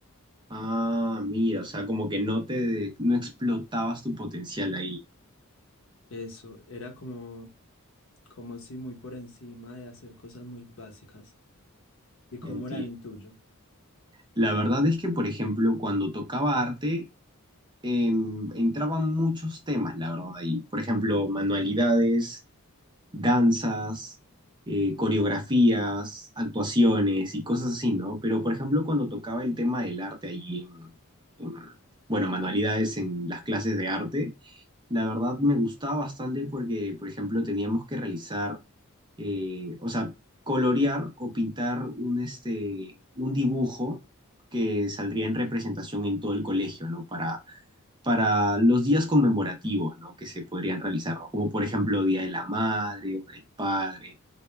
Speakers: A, on the right (about 20°); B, on the left (about 65°).
A: Ah, mira, o sea, como que no te, no explotabas tu potencial ahí,
B: Eso, era como, como si muy por encima de hacer cosas muy básicas. ¿Y cómo
A: entiendo.
B: era en el tuyo?
A: La verdad es que, por ejemplo, cuando tocaba arte, em, entraban muchos temas, la verdad, ahí. Por ejemplo, manualidades, danzas, eh, coreografías, actuaciones y cosas así, ¿no? Pero, por ejemplo, cuando tocaba el tema del arte ahí en, en- bueno, manualidades en las clases de arte, La verdad me gustaba bastante porque, por ejemplo, teníamos que realizar, eh, o sea, colorear o pintar un, este, un dibujo que saldría en representación en todo el colegio, ¿no? Para, para los días conmemorativos, ¿no? Que se podrían realizar, ¿no? Como por ejemplo Día de la Madre o del Padre